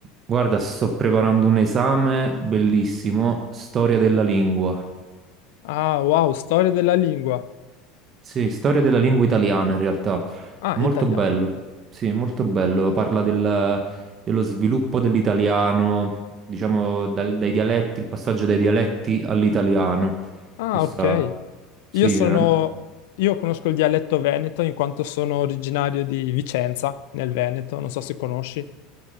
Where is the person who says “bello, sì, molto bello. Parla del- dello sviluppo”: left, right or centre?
Right